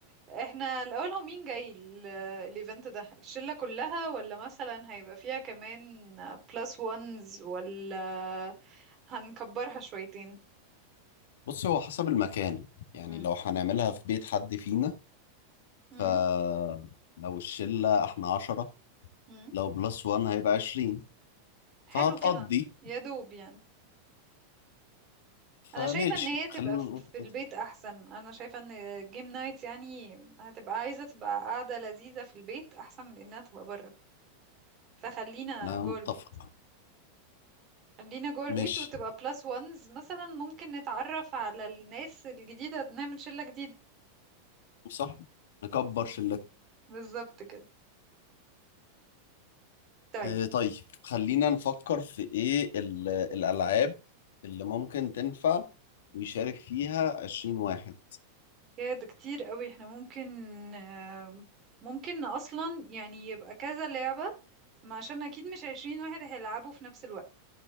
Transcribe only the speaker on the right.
احنا الاول هو مين جاي ال- <laughs> الايفنت ده الشلة كلها ولا مثلا هيبقى فيها كمان بلس وانز ولا هنكبرها شويتين
مم.
مم.
مم.
حلو
كده يا دوب يعني
انا شايفه ان هي تبقى
في
في
البيت احسن انا شايفه ان جيم نايت يعني هتبقى عايزه تبقى قاعده لذيذه في البيت احسن من انها تبقى بره فخلينا
جوه
البيت خلينا جوه البيت
وتبقى بلس وانز مثلا ممكن نتعرف على الناس الجديده نعمل شله جديده
مم.
بالظبط كده طيب
يا ده كتير قوي احنا ممكن آم، ممكن اصلا يعني يبقى كذا لعبه ما عشان اكيد مش عشرين واحد هيلعبوا في نفس الوقت